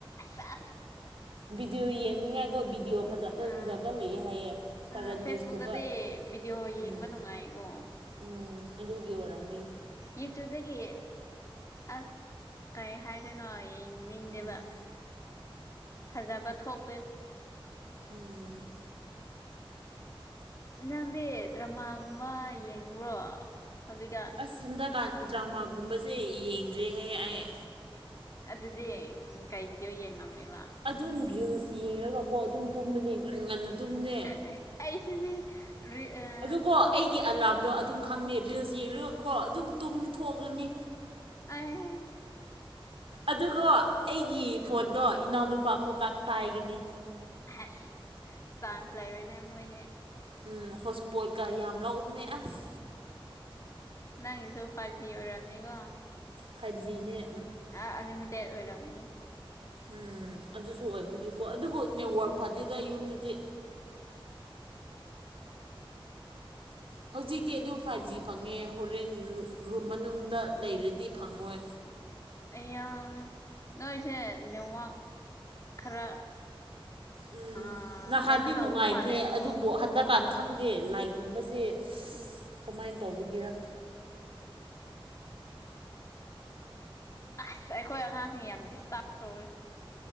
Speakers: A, on the left (about 35°); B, on the right (about 70°).
A: ꯁꯦꯁ
B: ꯚꯤꯗꯤꯌꯣ ꯌꯦꯡꯅꯤꯡꯉꯥꯏꯀꯣ ꯚꯤꯗꯤꯌꯣ ꯐꯖꯕ
A: ꯑ
B: ꯐꯖꯕ ꯂꯩꯌꯦ ꯍꯥꯏꯌꯦ ꯀꯥꯔꯟ
A: ꯑ ꯐꯦꯁꯕꯨꯛꯇꯗꯤ
B: ꯅꯤꯌꯨꯁꯀꯨꯝꯕ
A: ꯚꯤꯗꯤꯑꯣ ꯌꯦꯡꯕ
B: ꯎꯝ
A: ꯅꯨꯡꯉꯥꯏꯀꯣ
B: ꯎꯝ ꯑꯗꯨꯒꯤ ꯑꯣꯏꯔꯝꯃꯤ
A: ꯌꯨꯇ꯭ꯌꯨꯕꯗꯒꯤ ꯑꯁ ꯀꯩ ꯍꯥꯏꯗꯣꯏꯅꯣ ꯌꯦꯡꯅꯤꯡꯗꯦꯕ
B: ꯎꯝ
A: ꯐꯖꯕ ꯊꯣꯛꯇꯦ
B: ꯎꯝ
A: ꯅꯟꯖꯪꯗꯤ ꯗ꯭ꯔꯃꯥꯒꯨꯝꯕ ꯌꯦꯡꯕ꯭ꯔꯣ ꯍꯧꯖꯤꯛꯀ
B: ꯑꯁ ꯁꯟꯗꯀꯥꯟ ꯗ꯭ꯔꯃꯥꯒꯨꯝꯕꯁꯦ ꯌꯦꯡꯗ꯭ꯔꯦꯍꯦꯛ ꯑꯩ
A: ꯑꯗꯨꯗꯤ ꯀꯩ ꯕꯤꯗꯤꯑꯣ ꯌꯦꯡꯉꯝꯃꯦꯕ
B: ꯑꯗꯨꯝ ꯔꯤꯜꯁ ꯌꯦꯡꯉꯒꯀꯣ ꯑꯗꯨꯝ ꯇꯨꯝꯕꯅꯦ ꯉꯟ ꯉꯟꯅ ꯇꯨꯝꯅꯦ
A: ꯑꯩ ꯑꯩꯁꯤꯅꯤ ꯔꯤ ꯑ
B: ꯑꯗꯨꯀꯣ ꯑꯩꯒꯤ ꯑꯂꯥꯝꯗꯣ ꯑꯗꯨꯝ ꯈꯪꯗꯦ ꯔꯤꯜꯁ ꯌꯦꯡꯔꯒꯀꯣ ꯑꯗꯨꯝ ꯇꯨꯝ ꯊꯣꯛꯂꯅꯤ
A: ꯑꯩ..
B: ꯑꯗꯨꯒꯣ ꯑꯩꯒꯤ
A: ꯎꯝ
B: ꯐꯣꯟꯗꯣ ꯏꯅꯥꯎꯅꯨꯄꯥ ꯑꯃꯨꯛꯀ ꯄꯥꯏꯒꯅꯤ
A: ꯑꯁ ꯆꯥꯟꯁ ꯂꯩꯔꯣꯏꯅꯦ ꯃꯣꯏꯗꯤ
B: ꯎꯝ ꯍꯣꯁ ꯁꯄꯣꯠꯀ ꯌꯥꯝ ꯂꯧꯕꯅꯦ ꯑꯁ
A: ꯎ ꯅꯪꯒꯤꯖꯨ ꯐꯥꯏꯚ ꯖꯤ ꯑꯣꯏꯔꯑꯝꯅꯤꯀꯣ
B: ꯐꯥꯏꯚꯖꯤꯅꯦ
A: ꯑ ꯑꯟꯂꯤꯃꯤꯇꯦꯠ ꯑꯣꯏꯔꯝꯃꯣꯏꯅꯦ
B: ꯎꯝ ꯑꯗꯨꯁꯨ ꯑꯣꯏꯕꯒꯤꯀꯣ ꯑꯗꯨꯕꯨ ꯅꯦꯠꯋꯥꯔꯛ ꯐꯥꯗꯦꯗ ꯌꯨꯝꯗꯗꯤ ꯍꯧꯖꯤꯛꯇꯤ ꯑꯗꯨꯝ ꯐꯥꯏꯚ ꯖꯤ ꯐꯪꯉꯦ ꯍꯣꯔꯦꯟ ꯔꯨꯝ ꯃꯅꯨꯡꯗ ꯂꯩꯔꯗꯤ ꯐꯪꯉꯣꯏ
A: ꯑꯩ ꯅꯣꯏꯁꯦ ꯅꯦꯠꯋꯥꯛ ꯈꯔ
B: ꯎꯝ
A: ꯑꯥ
B: ꯅꯍꯥꯟꯗꯤ
A: ꯀꯩꯅꯣ ꯇꯧꯕ
B: ꯅꯨꯡꯉꯥꯏꯕꯅꯦ
A: ꯃꯥꯜꯂꯦꯀꯣ
B: ꯑꯗꯨꯕꯨ ꯍꯟꯗꯛ ꯀꯥꯟ ꯈꯪꯗꯦ ꯂꯥꯏꯛ ꯀꯨꯝꯕꯁꯦ
A: ꯎꯝ
B: ꯀꯃꯥꯏꯅ ꯇꯧꯕꯒꯤꯔ
A: ꯑꯁ ꯑꯩꯈꯣꯏ ꯑꯉꯥꯡꯁꯤꯡ ꯌꯥꯝ ꯗꯤꯁꯇꯥꯔꯕ ꯇꯧꯋꯤ